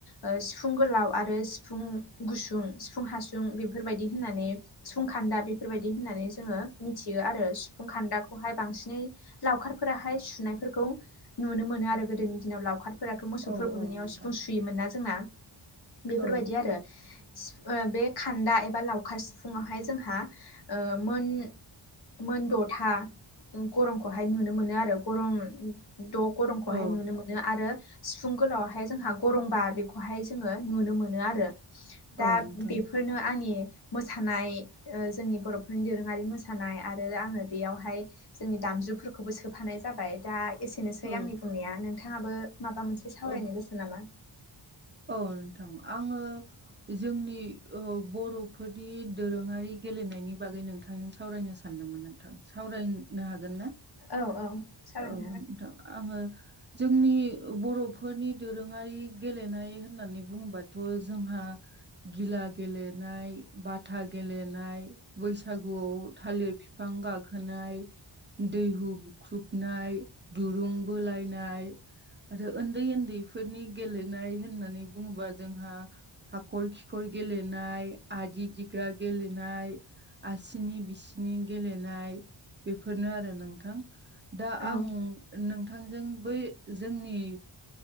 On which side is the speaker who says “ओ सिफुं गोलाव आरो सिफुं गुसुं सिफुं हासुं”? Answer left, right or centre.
Left